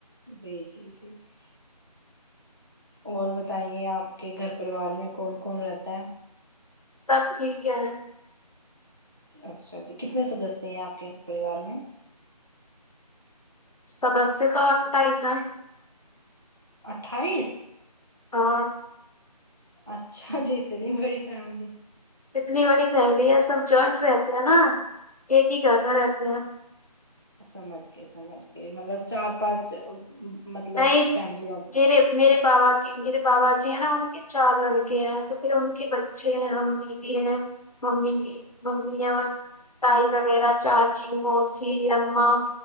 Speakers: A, on the right; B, on the left.
A: جی جی جی جی اور بتائیے آپ کے گھر پریوار میں کون کون رہتا ہے
B: سب ٹھیک ہے
A: اچھا جی کتنے سدسیہ ہیں آپ کے پریوار میں
B: سدسے سے تو آتا ایسا
A: اٹھائیس
B: اور
A: اچھا جی اتنی بڑی فیملی
B: اتنی بڑی فیملی ہے سب جوائنٹ رہتے ہیں نا ایک ہی گھر میں رہتے ہیں
A: سمجھ کے سمجھ کے مطلب چار پانچ مطلب
B: نہیں
A: فیملی
B: میرے میرے باوا کی میرے باوا جی ہیں نا ان کے چار لڑکے ہیں تو پھر ان کے بچ چھ ہے ہم دیدی ہے ممی جی ممی ہے اور تائی وغیرہ چاچی موسی امماں